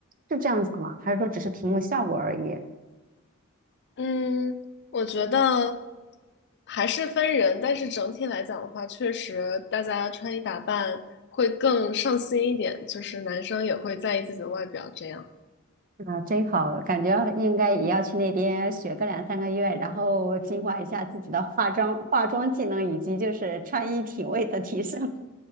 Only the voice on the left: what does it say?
<laughs> 嗯，我觉得还是分人，但是整体来讲的话，确实大家穿衣打扮会更上心一点，就是男生也会在意自己的外表这样。